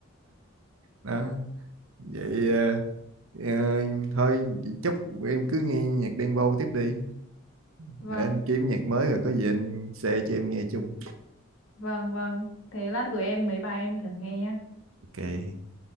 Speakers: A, on the right; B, on the left.
A: đó vậy ờ, ờ, thôi vậy chúc em cứ nghe nhạc Đen Vâu tiếp đi
B: vâng
A: để anh kiếm nhạc mới rồi có gì anh share cho em nghe chung
B: vâng vâng thế lát gửi em mấy bài em thử nghe nhé
A: ok